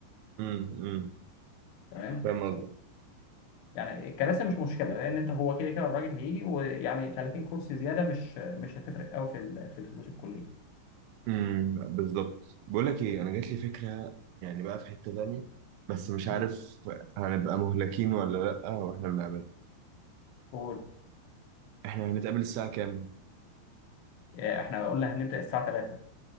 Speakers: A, on the right; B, on the left.
A: امم امم
B: تمام
A: فاهم
B: يعني الكراسي مش مشكله لان انت هو كده كده الراجل هيجي ويعني 30 كرسي زياده مش مش هتفرق قوي في ال- في الفلوس الكليه
A: امم بالظبط بقول لك ايه انا جات لي فكره يعني بقى في حته تانية بس مش
B: مم.
A: عارف هنبقى مهلكين ولا لا واحنا بنعمل
B: قول
A: احنا هنتقابل الساعه كام
B: آه، احنا قلنا هنبدا الساعه 3